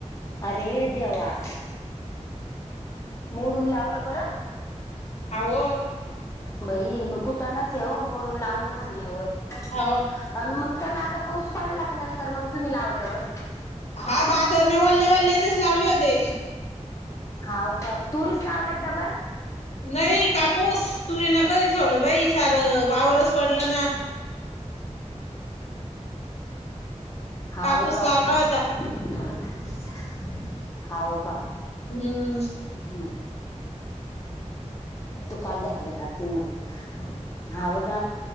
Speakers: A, on the left (about 25°); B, on the left (about 60°).
A: अरे देवा. मोडून लावलं बर,
B: हाव
A: बाई मग कुठ <unintelligible> लाच ये हो, मोडून लावलं म्हणल्यावर
B: हाव
A: आणि मग त्याला, आता पाऊस पडला का नंतर मग तुम्ही लावल्यावर
B: हा <unintelligible> मी वल्ल्या-वल्ल्यातच लावले होते.
A: हाव का? तुरीच लावलं डबल
B: नाही कापूस, तुरी न कधी ठेवलं बाई, सारं वावरच पडलं ना
A: हाव
B: कापूस
A: का?
B: लावला होता
A: <unintelligible> हाव का?
B: हम्म
A: <unintelligible> <inaudible> कॉल धरला जात नाही म्हण हाव ना,